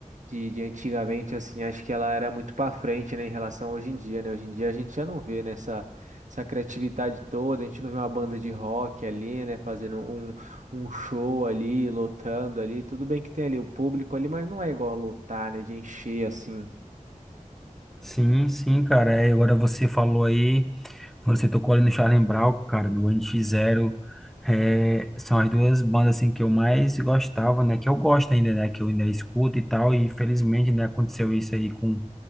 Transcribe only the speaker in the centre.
Sim, sim, cara. É, agora você falou aí, você tocou ali no Charlie Brown, cara, do NX Zero. É, são as duas bandas assim que eu mais gostava, né? Que eu gosto ainda, né? Que eu ainda escuto e tal. E infelizmente, né, aconteceu isso aí com,